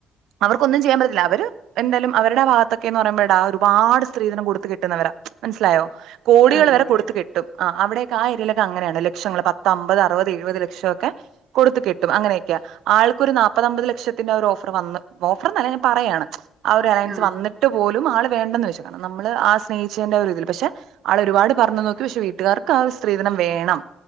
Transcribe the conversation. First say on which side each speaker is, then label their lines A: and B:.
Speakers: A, on the right; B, on the right.
A: അവർക്കൊന്നും ചെയ്യാൻ പറ്റില്ല അവര് എന്തേലും അവരുടെ ഭാഗത്തൊക്കെ എന്ന് പറയുമ്പോടാ ഒരുപാട് സ്ത്രീധനം കൊടുത്ത് കെട്ടുന്നവരാ മനസ്സിലായോ കോടികൾ
B: അതെ അതെ അതെ
A: വരെ കൊടുത്ത് കെട്ടും ആ അവിടെ <unintelligible> അങ്ങനെയാണ് ലക്ഷങ്ങള് പത്ത അമ്പത് അറുപത് എഴുപത് ലക്ഷൊക്കെ കൊടുത്ത് കിട്ടും അങ്ങനെക്കെയ ആൾക്കൊരു നാപ്പത്മ്പത് ലക്ഷത്തിന്റെ ഓഫർ വന്ന് ഓഫർനല്ല ഞാൻ പറയാണ് ആ ഒരു
B: അതെ
A: അലയൻസ് വന്നിട്ട് പോലും ആൾ വേണ്ടന്ന് വെച്ചു കാരണം നമ്മൾ ആ സ്നേഹിച്ചതിന്റെ ഒരു ഇതിൽ പക്ഷെ ആള് ഒരുപാട് പറഞ്ഞു നോക്കി പക്ഷെ വീട്ടുകാർക്ക് ആ സ്ത്രീ ധനം വേണം